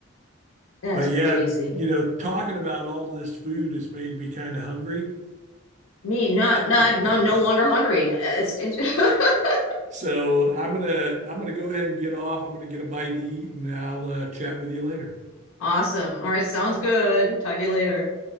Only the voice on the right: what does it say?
But
yeah, you know, talking about all this food has made me kind of hungry.
<laughs>
So I'm gonna I'm gonna go ahead and get off. I'm gonna get a bite to eat, and I'll uh, chat with you later.